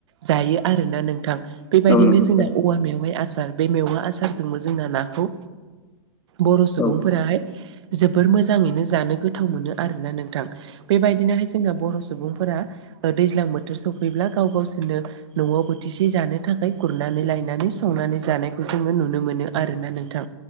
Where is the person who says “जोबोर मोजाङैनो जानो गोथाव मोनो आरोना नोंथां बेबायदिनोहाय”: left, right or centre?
Right